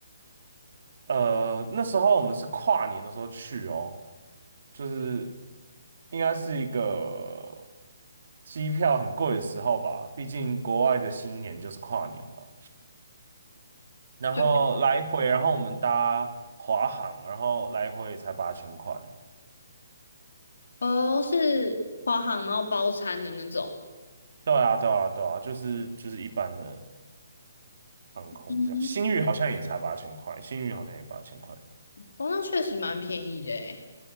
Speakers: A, on the right; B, on the left.
A: 呃，那时候我们是跨年的时候去哦，就是应该是一个机票很贵的时候吧，毕竟国外的新年就是跨年嘛。然后来回，
B: 就
A: 然后我们搭华航，然后来回也才八千块。
B: 哦，是华航然后包餐的那种，
A: 对啊，对啊，对啊，就是就是一般的航空这样。
B: 嗯哼，
A: 星宇好像也才八千块，星宇好像也八千块。
B: 哦，那确实蛮便宜的诶